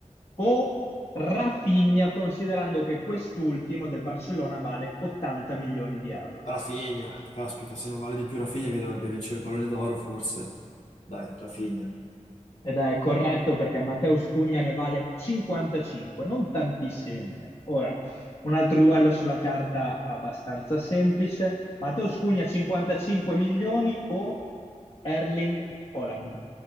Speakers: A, on the left; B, on the left.
A: o Rafinha, considerando che quest'ultimo del Barcellona vale 80 milioni di euro.
B: Rafinha, caspita, se non vale di più Rafinha che dovrebbe vincere il pallone d'oro, forse. Dai, Rafinha.
A: Ed è corretto perché Mateus Cugna ne vale 55, non tantissimi meno. Ora, un altro duello sulla carta abbastanza semplice. Mateus Cugna 55 milioni o Erling Haaland.